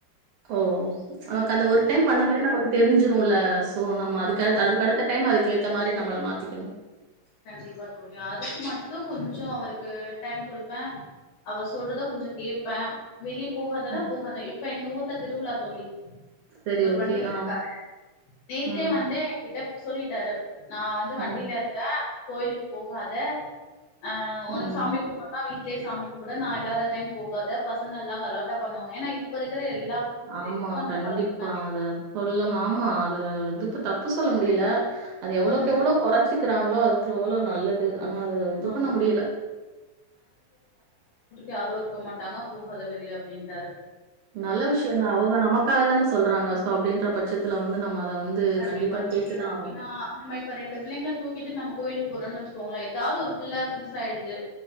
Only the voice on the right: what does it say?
ஓ எனக்கு அந்த ஒரு டைம் பண்ணுபோதே நமக்கு தெரிஞ்சுருல சோ நம்ம அதுகு
<unintelligible> அதுக்கு அடுத்த டைம் அது கேட் இந்த மாரி நம்மள மாத்திக்கணு
ம்.
சரி
ஓகே.
ஆ.
ம்.
ம்.
ம்.
ஆமா
கண்டிப்பா
அத சொல்லும் ஆமா அது வந்து தப்பு சொல்ல முடியல அது எவ்ளவுகெவ்ளோ
கொறைச்சுகிறாங்களோ அதுக்கு எவ்ள நல்லது ஆனா அது இது
பண்ண முடியல
நல்ல விஷயந்தா அவங்க நமக்காக தான சொல்றாங்க சோ அப்டின்ற பட்சத் துல வந்து நம்ம அத வந்து
கேட்டு தான் ஆகணும்.